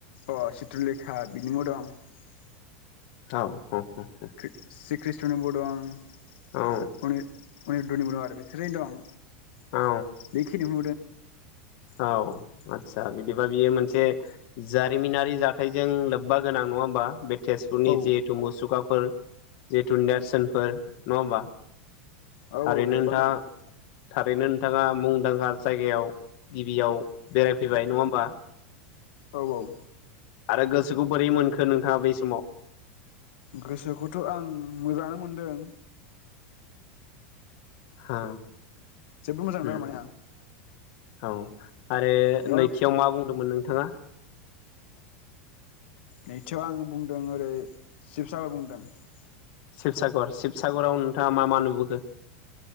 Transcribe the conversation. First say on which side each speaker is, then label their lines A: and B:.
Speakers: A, on the left; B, on the left.
A: अ चित्र'लेखा बिनिबो दं ।
B: औ औ औ औ ।
A: श्री कृष्ण निबो दं ।
B: औ
A: उनि उनिदडबो दं आरो बे स्रि दं
B: औ
A: बेखिनि <unintelligible>
B: औ आतसा बिदिबा बियो मोनसे जारिमिनारि जाथायजों लोब्बा गोनां नंङा होमबा बे तेजपुरनि
A: औ
B: जिहेतु मुसुखाफोर जेथु नेरसोनफोर नंङा होमबा?
A: औ
B: थारैनो
A: औ लोब्बा
B: नोंथाङा
A: दं ।
B: थारैनो नोंथाङा मुंदांखा जायगायाव गिबियाव बेरायफैबाय नंङा होमबा?
A: औ औ ।
B: आरो गोसोखौ बोरै मोनखो नोंथांङा बै समाव?
A: गोसोखौथ' आं मोजांङानो मोनदों ।
B: हो
A: जोबोद मोजां मोन्दों
B: उम
A: आरो माने आं ।
B: औ । आरो
A: बेयावनो
B: नैथियाव मा बुंदोंमोन नों? नोंथांआ
A: नैथियाव आंङो बुंदों ओरै शिबसागर बुंदों ।
B: शिबसागर शिबसागराव नोंथांङा मा मा नुबोखो?